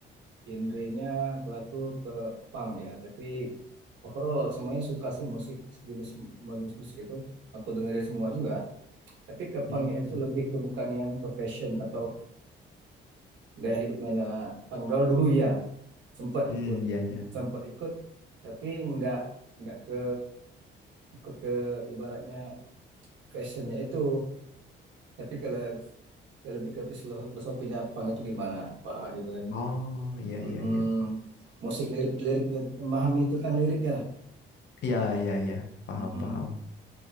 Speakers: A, on the right (about 70°); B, on the left (about 65°).
A: genrenya kalau aku ke punk ya, tapi overall semuanya suka sih musik jenis semua jenis musik itu aku dengerin semua juga. Tapi ke punknya
B: hmm
A: itu lebih ke bukan yang ke fashion atau gaya hidupnya punk Kalau dulu ya. sempat
B: hmm
A: ikut
B: iya iya
A: sempat ikut tapi nggak nggak ke ikut ke ibaratnya fashionnya itu tapi kalau ke lebih ke filosofi- filosofinya pang itu gimana pak gitu kan
B: oh iya
A: Mm-mm.
B: iya iya
A: musik lirik lirik memahami tentang liriknya lah
B: iya iya iya paham
A: Mm-mm.
B: paham